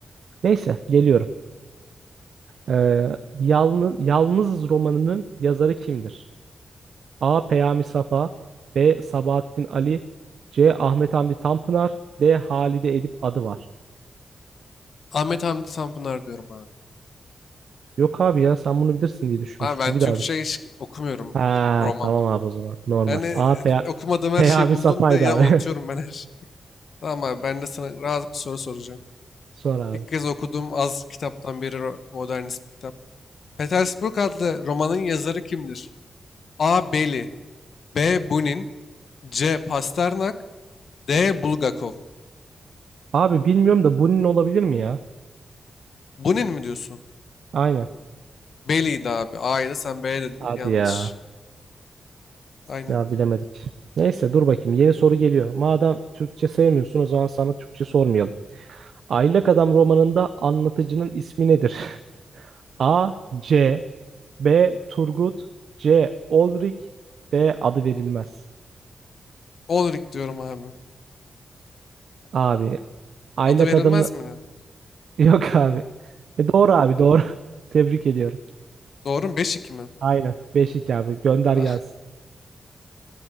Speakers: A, on the right (about 75°); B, on the left (about 60°).
A: Neyse geliyorum. Ee, Yalnız, Yalnızız romanının yazarı kimdir? A. Peyami Safa B. Sabahattin Ali C. Ahmet Hamdi Tanpınar D. Halide Edip adı var.
B: Ahmet Hamdi Tanpınar diyorum abi.
A: Yok abi ya sen bunu bilirsin diye düşünmüştüm.
B: Abi ben Türkçe
A: Bir daha düşün.
B: hiç okumuyorum.
A: Ha
B: e, Roman
A: tamam
B: roman.
A: abi o zaman. Normal.
B: Yani e,
A: A. Pey
B: okumadığım her
A: Peyami
B: şeyi buldum.
A: Safa'ydı
B: Bir de ya
A: abi.
B: unutuyorum ben her şeyi. Tamam abi ben de sana rahat bir soru soracağım.
A: <laughs> Sor abi.
B: İlk kez okuduğum az kitaptan biri ro- modernist bir kitap. Petersburg adlı romanın yazarı kimdir? A. Beli B. Bunin C. Pasternak D. Bulgakov
A: Abi bilmiyorum da bunun olabilir mi ya?
B: Bunin mi diyorsun?
A: Aynen.
B: Beli'ydi abi. A'yı da sen B'ye dedin.
A: Hadi
B: Yanlış.
A: ya.
B: Aynen.
A: Ya bilemedik. Neyse dur bakayım. Yeni soru geliyor. Madem Türkçe sevmiyorsun o zaman sana Türkçe sormayalım. Aylak Adam romanında anlatıcının ismi nedir? <laughs> A. C. B. Turgut. C. Olrik. D. Adı verilmez.
B: Ulrich diyorum abi.
A: Abi. Aylak
B: Adı verilmez
A: Adam'ın...
B: mi lan?
A: <laughs> Yok abi. E doğru abi doğru. <laughs> Tebrik ediyorum.
B: Doğru mu? 5-2 mi?
A: Aynen. 5-2 abi. Gönder
B: Ah.
A: gelsin.